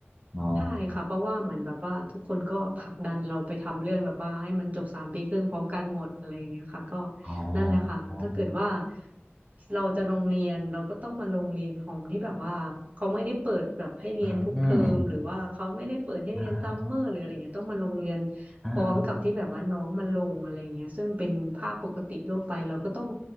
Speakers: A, in the centre; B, on the right.
A: อ๋อ
B: ใช่ค่ะเพราะว่าเหมือนแบบว่าทุกคนก็ผลักดันเราไปทำเรื่องแบบว่าให้มันจบสามปีครึ่งพร้อมกันหมดอะไรอย่างเงี้ยค่ะก็
A: อ๋อ
B: นั่นแหละค่ะแล้วถ้าเกิดว่า
A: อ
B: เราจะลงเรียนเราก็ต้องมาลงเรียนของที่แบบว่าเขาไม่ได้เปิดแบบให้เรียนทุกเทอมหรือว่าเขาไม่ได้เปิดให้เรียนซัมเมอร์หรืออะไรเงี้ยต้องมาลงเรียน
A: ออืม อ่าอ่า
B: พร้อมกับที่แบบว่าน้องมาลงอะไรเงี้ยซึ่งเป็นภาพปกติทั่วไปเราก็ต้อง